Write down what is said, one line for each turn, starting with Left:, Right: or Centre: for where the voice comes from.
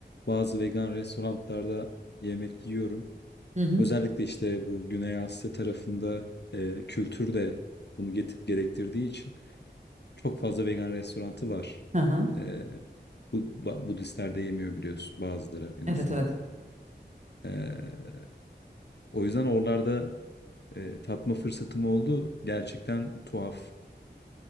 Left: bazı vegan restoranlarda yemek yiyorum.
Right: Hı hı.
Left: Özellikle işte bu Güney Asya tarafında e, kültür de bunu get- gerektirdiği için. Çok fazla vegan restoranı var.
Right: Hı hı.
Left: Ee, bu ba- Budistler de yemiyor biliyorsun bazıları en
Right: Evet
Left: azından.
Right: evet.
Left: Ee, o yüzden oralarda e, tatma fırsatım oldu. Gerçekten tuhaf.